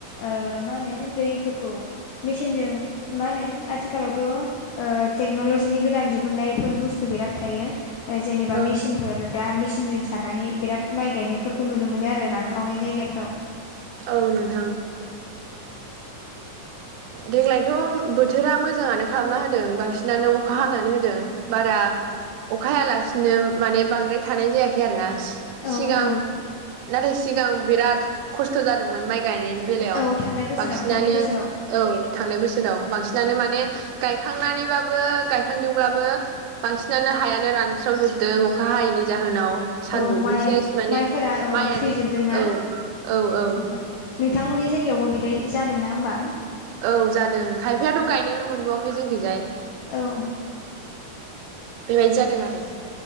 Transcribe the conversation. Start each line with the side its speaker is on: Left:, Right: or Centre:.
Left: ओ मा होनो दैफोरखौ मेसिनजों मा होनो आथिखालावथ' ओ टेक्न'लजिनि गोदान दिहुनन्नायफोर बुस्थु बिराद थायो। जेनेबा
Right: औ
Left: मेसिनफोर दा मेचिनजों सारनानै बिराद माइ गायनायफोरखौ नुनो मोनो आरो रानखावनाय जायगाफोराव।
Right: औ नोंथां। देग्लायथ' बोथोरा मोजाङानो खालामना होदों बांसिन नानो अखा हानानै होदों। बारा अखाहायालासिनो माने बांद्राय थानाय जायाखै आरोना।
Left: औ
Right: सिगां,
Left: औ
Right: नाथाय सिगां बिराद खस्थ' जादोंमोन माइ गायनायनि बेलायाव
Left: औ थांनाय बोसोराव
Right: बांसिनानो
Left: थांनाय बोसोराव
Right: औ थांनाय बोसोराव बांसिनानो माने गायखांनानैबाबो गायखांदोंब्लाबो बांसिनानो हायानो रानस्रावजोबदों अखा हायैनि जाहोनाव। सान्दुंजों
Left: औ माइ
Right: सेस माने
Left: माइफोरा औ
Right: माइआनो
Left: थैजोबदोंना
Right: औ। औ औ।
Left: नोंथांमोननि जायगायावबो बिदै जादों ना होमबा?
Right: औ जादों। खायफायाथ' गायनोनो मोनबावआाखै जोंखैजाय।
Left: औ‌।
Right: बेबादि जादों आरो।